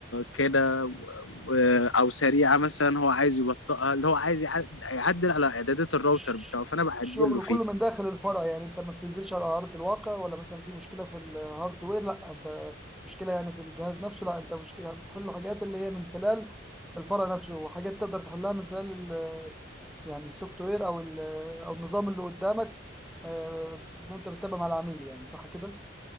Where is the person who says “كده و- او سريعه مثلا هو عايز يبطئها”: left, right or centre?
Left